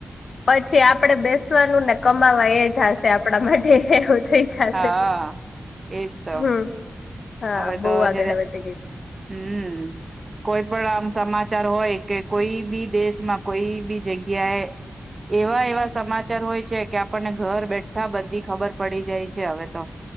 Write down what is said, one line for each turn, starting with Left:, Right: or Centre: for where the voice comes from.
Left: પછી આપડે બેસવાનું ને કમાવા એ જ હશે. આપણા માટે એવું થઈ જશે
Right: હા એજ તો
Left: હમ. હા
Right: હવે
Left: બહુ
Right: તો
Left: આગળ
Right: જ્યારે
Left: આવે તે ગીત.
Right: હમ કોઈ પણ આમ સમાચાર હોય કે કોઈ બી દેશમાં કોઈ બી જગ્યા જગ્યા એવા એવા સમાજ ાર હોય છે. કે આપણને ઘર બેઠા બધી ખબરકેમ પડી જાય છે હવે તો